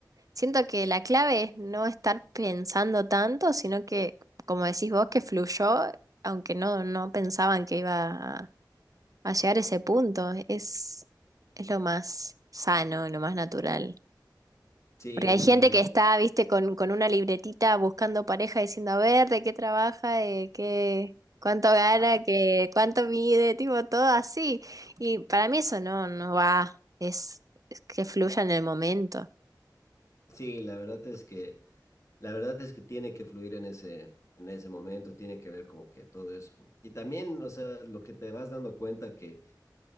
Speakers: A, on the right; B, on the left.
A: siento que la clave es no estar pensando tanto, sino que, como decís vos, que fluyó, aunque no, no pensaban que iba a llegar a ese punto. Es, es lo más sano, lo más natural.
B: Sí,
A: Porque hay
B: la
A: gente
B: verdad,
A: que está, viste, con, con una libretita buscando pareja, diciendo, a ver, de qué trabaja, de qué, cuánto gana, que, cuánto mide, tipo, todo así. Y para mí eso no, no va, es, es que fluya en el momento.
B: sí, la verdad es que, la verdad es que tiene que fluir en ese, en ese momento, tiene que ver como que todo eso. Y también, o sea, lo que te vas dando cuenta que